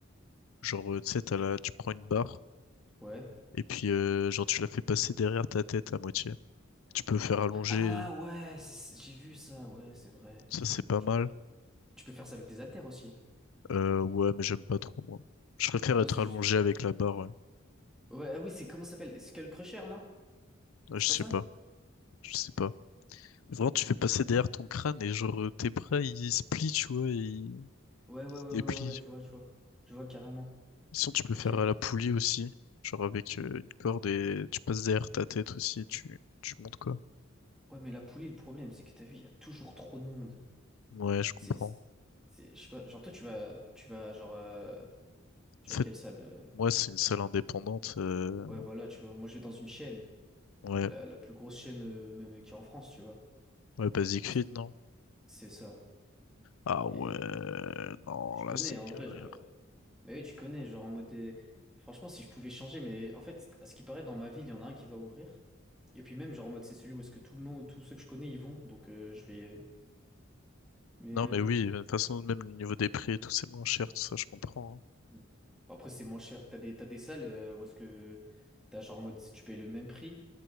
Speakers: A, on the left; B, in the centre.
A: Genre, euh, tu sais, t'as la... tu prends une barre
B: Ouais.
A: et puis, euh, genre, tu la fais passer derrière ta tête à moitié. Tu peux faire allonger,
B: Ah ouais, c'est- j'ai vu ça, ouais, c'est vrai.
A: ça, c'est pas
B: Tu
A: mal.
B: peux tu peux faire ça avec des haltères aussi.
A: Euh, ouais, mais j'aime pas trop, moi. Je préfère
B: Non,
A: être
B: c'est
A: allongé
B: juste.
A: avec la barre, ouais.
B: Ouais, ah oui, c'est comment ça s'appelle? Skull Crusher, non?
A: Ouais,
B: C'est
A: je sais
B: pas ça?
A: pas. Je sais pas. Vraiment, tu fais passer derrière ton crâne et, genre, euh, tes bras, ils se plient, tu vois, ils
B: Ouais, ouais,
A: ils se
B: ouais, ouais,
A: déplient.
B: ouais, ouais, je vois, je vois. Je vois carrément.
A: Sinon, tu peux faire
B: Ok.
A: à la poulie aussi. Genre, avec
B: M-
A: euh, une corde et tu passes derrière ta tête aussi tu, tu montes, quoi.
B: Ouais, mais la poulie, le problème, c'est que t'as vu, il y a toujours trop de monde.
A: Ouais, je comprends.
B: C'est, c'est, je sais pas, genre toi, tu vas, tu vas, genre, euh, tu
A: En
B: vas
A: fait,
B: à quelle salle? euh
A: Moi, c'est une salle indépendante. euh,
B: Ouais, voilà, tu vois. Moi, je vais dans une chaîne,
A: Ouais,
B: la, la plus grosse chaîne, euh, même, euh, qui est en France, tu vois.
A: ouais, Basic
B: Parce
A: Fit,
B: que
A: non?
B: c'est ça.
A: Ah ouais,
B: Et
A: non,
B: et tu
A: là,
B: connais,
A: c'est
B: en
A: galère.
B: vrai, je- mais oui, tu connais, genre, en mode des... Franchement, si je pouvais changer, mais en fait, à ce qui paraît, dans ma ville, il y en a un qui va ouvrir. Et puis même, genre, en mode, c'est celui où est-ce que tout le monde, tous ceux que je connais, ils vont. Donc, euh, je vais. euh, Mais
A: Non, mais
B: euh,
A: oui, de toute façon, même le niveau des prix et tout, c'est moins cher, tout ça, je comprends.
B: bon, après, c'est moins cher. T'as des, t'as des salles euh, où est-ce que t'as genre en mode si tu payes le même prix.